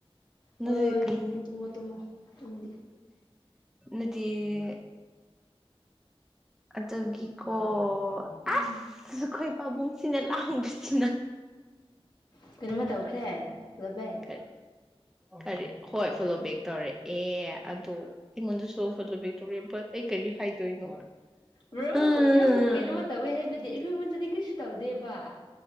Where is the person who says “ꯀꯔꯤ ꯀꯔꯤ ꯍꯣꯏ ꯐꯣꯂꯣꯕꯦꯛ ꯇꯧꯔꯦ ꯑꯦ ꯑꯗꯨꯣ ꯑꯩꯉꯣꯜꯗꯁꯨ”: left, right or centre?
Centre